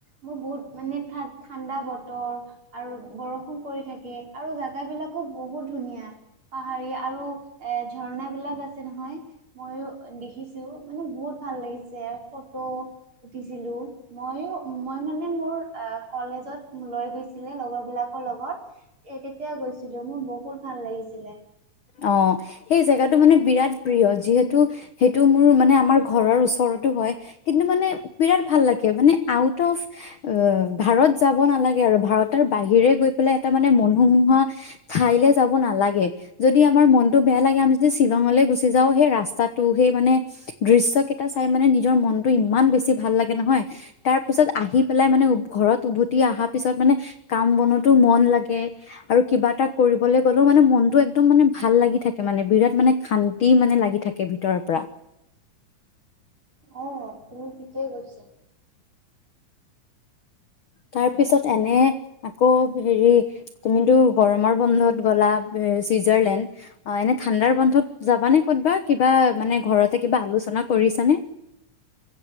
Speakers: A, on the right (about 40°); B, on the left (about 70°).
A: মোৰ বহুত মানে ঠাণ্ডা বতৰ আৰু বৰষুণ পৰি থাকে আৰু জেগা বিলাকো বহুত ধুনীয়া। পাহাৰী আৰু এ ঝৰ্ণা বিলাক আছে নহয়। ময়ো দেখিছো মানে বহুত ভাল লাগিছে ফটো উঠিছিলো। মইও মই মানে মোৰ কলেজত লৈ গৈছিল। ছিলে লগৰ বিলাকৰ লগত। এ তেতিয়া গৈছিলো মোৰ বহুত ভাল লাগিছিলে।
B: অ সেই জেগাতটো মানে বিৰাট প্ৰিয় যিহেতু, সেইটো মোৰ মানে আমাৰ ঘৰৰ ওচৰতো হয়। কিন্তু মানে বিৰাট ভাল লাগে মানে আউট অফ অ ভাৰত যাব নালাগে আৰু ভাৰতৰ বাহিৰে গৈ পেলাই এটা মানে মনোমোহা ঠাইলে যাব নালাগে। যদি আমাৰ মনতটো বেয়া লাগে আমি যদি শ্বিলঙলৈ গুচি যাওঁ। সেই ৰাস্তাটো সেই মানে দৃশ্য কেইটা চাই মানে নিজৰ মনতটো ইমান বেছি ভাল লাগে নহয়। তাৰ পিছত আহি পেলাই মানে ঘৰত উভতি অহা পিছত মানে কাম বনতো মন লাগে আৰু কিবা এটা কৰিবলৈ গ'লেও মানে মনতটো একদম মানে ভাল লাগি থাকে মানে বিৰাট মানে শান্তি মানে লাগি থাকে ভিতৰৰ পৰা।
A: অ তুমি ঠিকেই কৈছা।
B: তাৰ পিছত এনে আকৌ হেৰি তুমিতো গৰমৰ বন্ধত গ'লা চুইজাৰলেণ্ড অ এনে ঠাণ্ডাৰ বন্ধত যাবানে ক'তবা কিবা মানে ঘৰতে কিবা আলোচনা কৰিছানে?